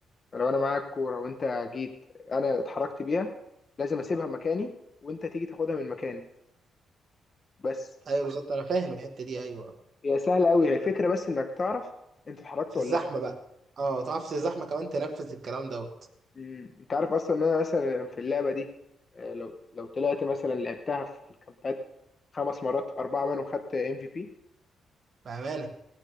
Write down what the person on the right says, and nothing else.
ايوه بالظبط انا فاهم الحته دي ايوه
في
الزحمه
بقى اه تعرف في الزحمه كمان تنفذ الكلام دوت
بامانه